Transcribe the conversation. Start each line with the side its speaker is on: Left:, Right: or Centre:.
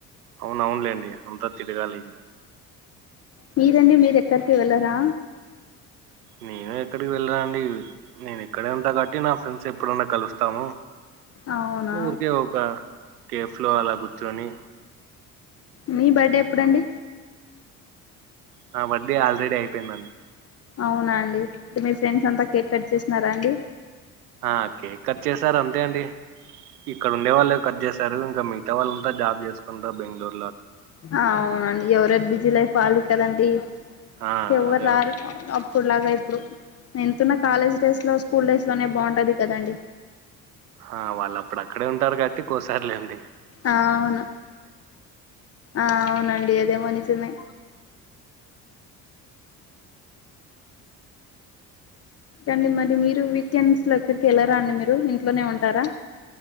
Right: అవున అవునులేండి అంతా తిరగాలి
Left: మీరండి మీరు ఎక్కడికి వెళ్ళరాా
Right: నేను ఎక్కడికి వెళ్ళా అండి నేను ఎక్కడే ఉంటా కాబట్టి నా ఫ్రెండ్స్ ఎప్పుడున్నా కలుస్తాము
Left: అవునా
Right: ఊరికే ఒక కేఫ్ లో అలా కూర్చుొని
Left: మీ బర్త్డే ఎప్పుడండి
Right: నా బర్డీ ఆల్రెడీ అయిపోయిందండి
Left: అవునా అండి అంటే మీ ఫ్రెండ్స్ అంతా కేక్ కట్ చేసినారా అండి
Right: ఆ కేక్ కట్ చేశారు అంతే అండి ఇక్కడ ఉండే వాళ్ళు కట్ చేశారు ఇంకా మిగతా వాళ్ళు ఉంతా జాబ్ చేసుకుంటారు బెంగళూరు
Left: అవునండి ఎవరెది బిజీ లైఫ్వాలి కదండి
Right: ఆ
Left: ఎవరు
Right: అదే
Left: రారు అప్పుడులాగా ప్పుడు ఎంతున్న కాలేజ్ డేస్ లో స్కూల్ డేస్ లోనే బాగుంటది కదండి
Right: ఆ వాళ్ళు అప్పుడు అక్కడే ఉంటారు కాబట్టికోస్తర్లెండి
Left: ఆ అవును ఆ అవునండి అదేమో నిజమే అండి మరి మీరు వీకెండ్స్ లో ఎక్కడికి వెళ్ళరాా అండి మీరు ఇంట్లోనే ఉంటారా